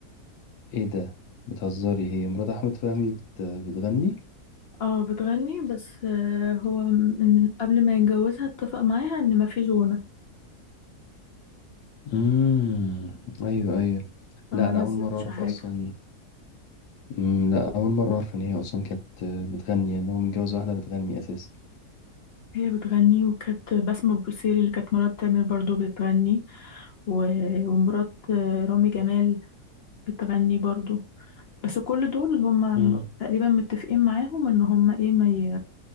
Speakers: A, on the left (about 80°); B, on the left (about 50°).
A: ايه ده بتهزري هي مرات أحمد فهمي بت... بتغني
B: اه بتغني بس آه، هو من قبل ما يتجوزها اتفق معاها ان مفيش غنى
A: امم ايوه ايوه
B: فما
A: لا انا
B: نزلتش
A: اول مره اعرف
B: حاجة
A: اصلا أمم، لا أول مرة أعرف إن هي أصلا كانت آه، بتغني يعني هو متجوز واحدة بتغني أساسا
B: هي بتغني وكانت بسمة بوسيري اللي كانت مرات تامر برضو بتغني و... ومرات آه، رامي جمال بتغني برضو بس كل دول هم
A: مم.
B: تقريبا متفقين معاهم ان هم ايه ما ي...